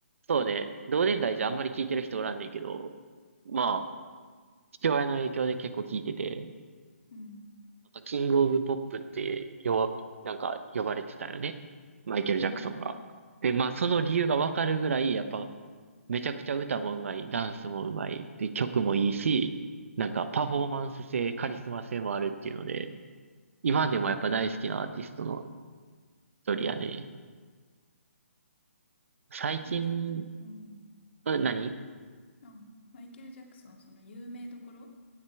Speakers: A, on the right (about 60°); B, on the left (about 50°).
A: そうね、同年代じゃあんまり聞いてる人おらんねんけど、まあ、父親の影響で結構聞いてて、
B: うん。
A: キング・オブ・ポップってよ、なんか呼ばれてたよね。マイケル・ジャクソンが。
B: うん。
A: で、まあその理由がわかるぐらい、やっぱめちゃくちゃ歌もうまい、ダンスもうまい、で、曲もいいし、なんかパフォーマンス性、カリスマ性もあるっていうので、今でもやっぱ大好きなアーティストの一人やね。最近、
B: マイケル・ジャク、うん。
A: うん、何
B: あ、マイケル・ジャクソン、その有名どころ